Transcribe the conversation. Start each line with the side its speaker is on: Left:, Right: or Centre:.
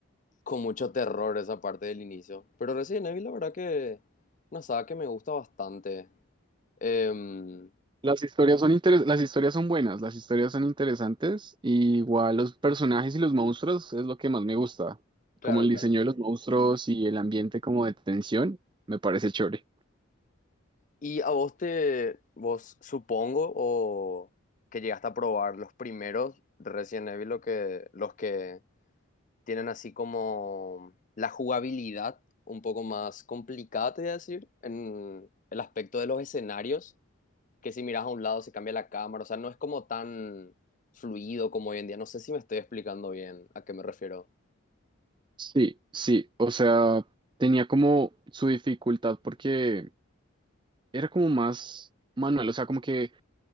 Left: con mucho terror esa parte del inicio. Pero Resident Evil, la verdad que una saga que me gusta bastante. Em,
Right: Las historias son interes- las historias son buenas, las historias son interesantes. Y igual los personajes y los monstruos es lo que más me gusta.
Left: Claro,
Right: Como el
Left: claro.
Right: diseño de los monstruos y el ambiente como de tensión, me parece chévere.
Left: y a vos te, vos supongo o que llegaste a probar los primeros Resident Evil, lo que, los que tienen así como la jugabilidad un poco más complicada, te voy a decir, en el aspecto de los escenarios. que si miras a un lado se cambia la cámara, o sea, no es como tan fluido como hoy en día. No sé si me estoy explicando bien a qué me refiero.
Right: Sí, sí, o sea, tenía como su dificultad porque era como más manual, o sea, como que